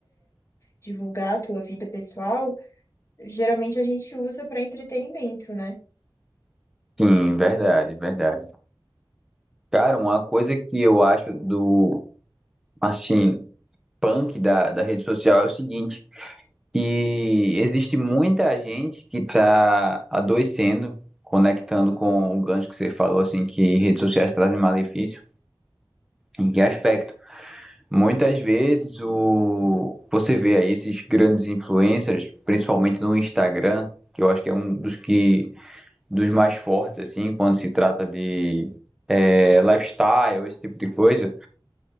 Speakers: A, on the left (about 35°); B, in the centre.
A: divulgar a tua vida pessoal, geralmente a gente usa para entretenimento, né?
B: Sim, verdade, verdade. Cara, uma coisa que eu acho do assim punk da, da rede social é o seguinte, que existe muita gente que está adoecendo, conectando com o gancho que você falou, assim, que redes sociais trazem malefício. Em que aspecto? Muitas vezes o você vê aí esses grandes influencers, principalmente no Instagram, que eu acho que é um dos que dos mais fortes assim, quando se trata de é, lifestyle, esse tipo de coisa